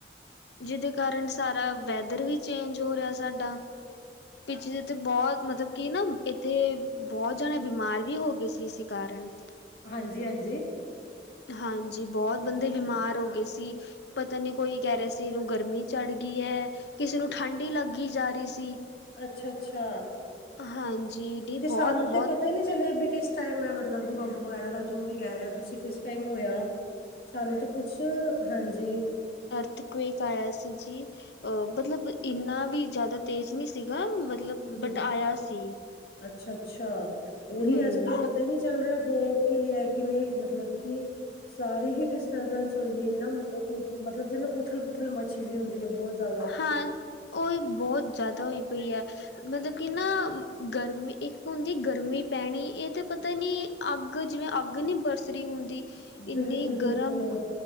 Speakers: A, on the left; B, on the left.
A: ਜਿਹਦੇ ਕਾਰਨ ਸਾਰਾ ਵੈਦਰ ਵੀ ਚੇਂਜ ਹੋ ਰਿਹਾ ਸਾਡਾ ਪਿੱਛੇ ਜਿ ਤੇ ਬਹੁੱਤ ਮਤਲੱਬ ਕੀ ਨਾ ਇੱਥੇ ਬਹੁੱਤ ਜਣੇ ਬਿਮਾਰ ਵੀ ਹੋ ਗਏ ਸੀ ਇਸ ਕਾਰਨ
B: ਹਾਂਜੀ ਹਾਂਜੀ
A: ਹਾਂਜੀ ਬਹੁਤ ਬੰਦੇ ਬਿਮਾਰ ਹੋ ਗਏ ਸੀ ਪਤਾ ਨੀ ਕੋਈ ਕਹਿ ਰਿਹਾ ਸੀ ਇਹਨੂੰ ਗਰਮੀ ਚੜ ਗਈ ਐ ਕਿਸੇ ਨੂੰ ਠੰਡੀ ਲੱਗੀ ਜਾ ਰਹੀ ਸੀ
B: ਅੱਛਾ ਅੱਛਾ
A: ਹਾਂਜੀ ਨਹੀਂ ਬਹੁਤ
B: ਤੇ ਸਾਨੂੰ ਤੇ
A: ਬਹੁਤ
B: ਪਤਾ ਹੀ ਨਹੀਂ ਚੱਲਿਆ ਵੀ ਕਿਸ ਟਮ ਮ ਮਤਲਬ ਭੂਕੰਪ ਵਗੈਰਾ ਦਾ ਜੋ ਵੀ ਕਹਿ ਰਹੇ ਹੋ ਤੁਸੀਂ ਕਿਸ ਟਾਈਮ ਹੋਇਆ ਸਾਨੂੰ ਤਾਂ ਕੁਛ ਹਾਂਜੀ
A: ਅਰਥਕਵਕ ਆਇਆ ਸੀ ਜੀ ਅਹ ਮਤਲਬ ਇੰਨਾ ਵੀ ਜ਼ਿਆਦਾ ਤੇਜ਼ ਨਹੀਂ ਸੀਗਾ ਮਤਲੱਬ
B: ਹਮ
A: ਬੱਟ
B: ਹਮ
A: ਆਇਆ ਸੀ
B: ਅੱਛਾ ਅੱਛਾ ਉਹੀ
A: ਹੂੰ
B: ਅੱਜ ਕੱਲ ਪਤਾ ਈ ਨਹੀਂ ਚੱਲ ਰਿਹਾ ਹੋ ਕੀ ਰਿਹਾ ਕਿਵੇਂ ਮਤਲੱਬ ਕਿ ਸਾਰੀ ਹੀ ਡਿਸਟਰਬੈਂਸ ਹੋਈ ਦੀ ਨਾ ਮਤਲੱਬ ਜਿਵੇਂ ਉਥਲ ਪੁਥਲ ਮਚੀ ਹੁੰਦੀ ਹੈ ਬਹੁਤ ਜ਼ਿਆਦਾ
A: ਹਾਂ ਉਹ ਬਹੁਤ ਜ਼ਿਆਦਾ ਹੋਈ ਪਈ ਐ ਮਤਲੱਬ ਕਿ ਨਾ ਗਰਮੀਂ ਇੱਕ ਗੰਦੀ ਗਰਮੀ ਪੈਣੀ ਇਹ ਤੇ ਪਤਾ ਨੀ ਅੱਗ ਜਿਵੇਂ ਅੱਗ ਨੀ ਬਰਸ ਰਹੀ ਹੁੰਦੀ ਇੰਨੀ
B: ਬਿਲਕੁਲ ਬਿਲਕੁਲ
A: ਗਰਮ